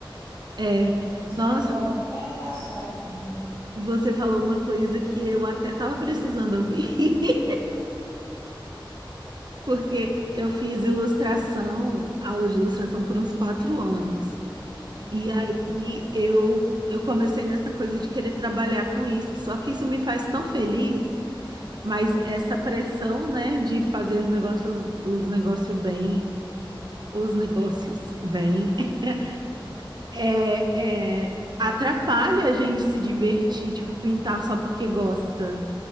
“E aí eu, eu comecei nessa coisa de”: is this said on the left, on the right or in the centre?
Right